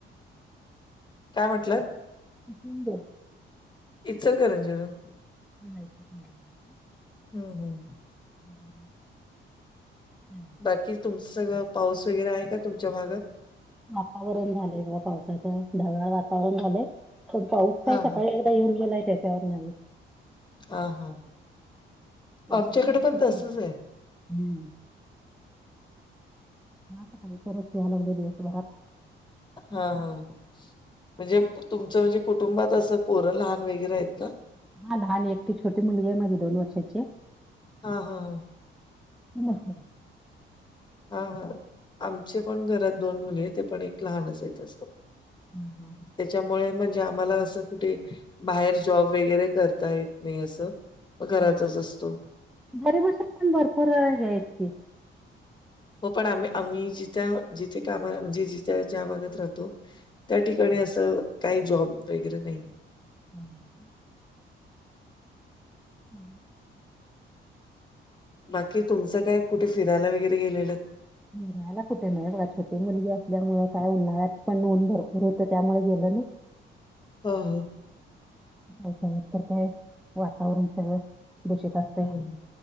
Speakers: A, on the left; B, in the centre.
A: काय म्हंटलं
B: ब
A: इचलकरंजी वरून
B: ह ह
A: हम् हम
B: हम् हम्
A: बाकी तुमच सगळं पाऊस वगैरे आहे का तुमच्या भागात
B: वातावरण झाले बा पावसाच ढगाळ वातावरण झाले पण पाऊस का
A: हा हा
B: सकाळी एकदा येऊन गेलाय त्याच्यावर नाही
A: हा हा
B: वातावरण
A: आमच्याकडे पण
B: तर
A: तसच
B: फुल
A: आहे
B: हम्म त काही तरच यायला लागले दिवसभरात
A: हा हा म्हणजे तुमचं म्हणजे कुटुंबात असं पोरं लहान वगैरे आहेत का
B: हा लहान एक ती छोटी मुलगी आहे माझी दोन वर्षाची
A: हा हा ह
B: सम
A: हा हा आमचे पण घरात दोन मुली आहे ते पण एक लहानच आहे तं
B: हम हम
A: त्याच्यामुळे म्हणजे आम्हाला असं कुठे बाहेर जॉब वगैरे करता येत नाही असं घरातच
B: हा
A: असतो
B: घरी बसून पण भरपूर आहे इतकीे
A: हो पण आम्ही आम्ही जिथ्या जिथे काम म्हणजे जिथ्या ज्या भागात राहतो त्या ठिकाणी असं काही जॉब वगैरे नाहीये
B: हम् ह
A: बाकी तुमचं काय कुठे फिरायला वगैरे गेलेलं
B: निघयला कुठे नाही बघा छोटे मुलगी असल्यामुळे काय उन्हाळ्यात पण नऊन भरपूर होतं त्यामुळे गेलं ना
A: हा हा
B: पावसाळ्यात तर काय वातावरण सगळं दूषित असते
A: हं, हं.